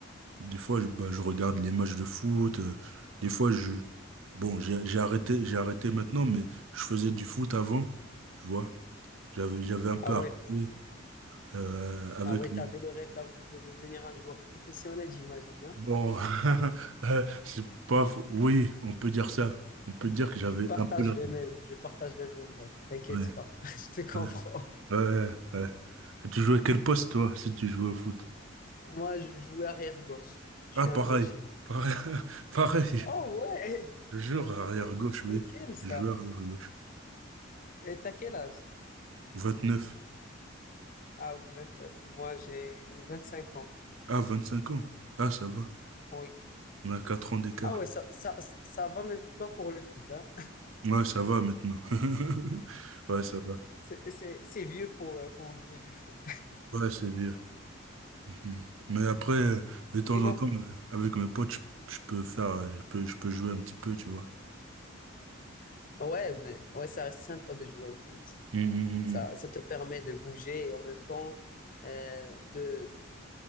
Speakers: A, on the right (about 80°); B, on the left (about 45°).
A: des fois, je, bah, je regarde les matchs de foot, euh, des fois, je, bon, j'ai j'ai arrêté, j'ai arrêté maintenant, mais je faisais du foot avant. tu vois J'avais, j'avais un peu
B: Ah ouais,
A: arrêté euh, avec
B: ah ouais,
A: le...
B: t'avais le rêve d'av- de devenir un joueur professionnel, j'imagine, hein
A: Bon, <laughs> euh, c'est pas... faux. Oui, on peut dire ça. On peut dire que j'avais
B: Je partage
A: un peu la...
B: le même, je partage le même rêve. T'inquiète
A: Ouais,
B: pas, <laughs> je te comprends.
A: ouais, ouais, ouais. Et tu jouais quel poste, toi, si tu jouais au foot?
B: Moi, je jouais arrière gauche. Je
A: Ah,
B: suis
A: pareil.
B: un gaucher.
A: Pareil. <laughs> Pareil.
B: Oh ouais,
A: Toujours arrière-gauche,
B: <laughs>
A: oui.
B: nickel ça.
A: Je jouais arrière-gauche.
B: Et t'as quel âge?
A: 29.
B: Ah oui, 29. Moi, j'ai 25 ans.
A: Ah, 25 ans. Ah, ça va.
B: Oui.
A: On a 4 ans d'écart.
B: Ah ouais, ça, ça, ça va même pas pour le foot, hein.
A: Ouais, ça va maintenant. <laughs> Ouais, ça va.
B: C'est, c'est, c'est vieux pour, euh, pour jouer du foot.
A: Ouais, c'est vieux. Mm. Mais après, de
B: <laughs> Sinon,
A: temps en temps, avec mes potes, je, je peux faire, je peux, je peux jouer un petit peu, tu vois.
B: ouais, mais ouais, ça reste sympa de jouer au foot.
A: Mm,
B: Ça, ça te permet de bouger et en même temps euh, de,